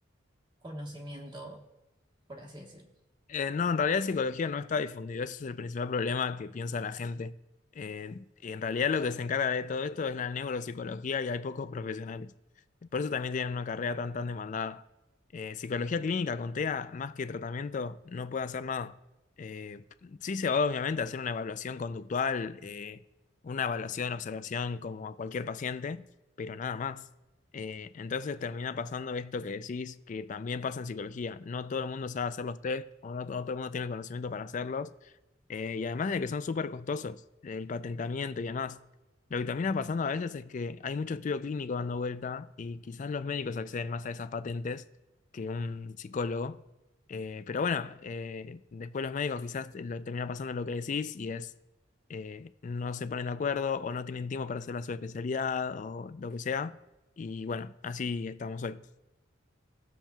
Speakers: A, on the right; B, on the left.
A: conocimiento, por así decirlo.
B: Eh, no, en realidad psicología no está difundido, ese es el principal problema que piensa la gente. Eh, y en realidad lo que se encarga de todo esto es la neuropsicología y hay pocos profesionales. Por eso también tienen una carrera tan tan demandada. Eh, psicología clínica con TEA, más que tratamiento, no puede hacer nada. Eh, sí se va obviamente a hacer una evaluación conductual, eh, una evaluación, observación como a cualquier paciente, pero nada más. Eh, entonces termina pasando esto que decís, que también pasa en psicología. No todo el mundo sabe hacer los test o no, no todo el mundo tiene el conocimiento para hacerlos. Eh, y además de que son súper costosos, el patentamiento y demás. Lo que termina pasando a veces es que hay mucho estudio clínico dando vuelta y quizás los médicos acceden más a esas patentes que un psicólogo. Eh, pero bueno, eh, después los médicos quizás lo, termina pasando lo que decís y es eh, no se ponen de acuerdo o no tienen tiempo para hacer la subespecialidad o lo que sea. Y bueno, así estamos hoy.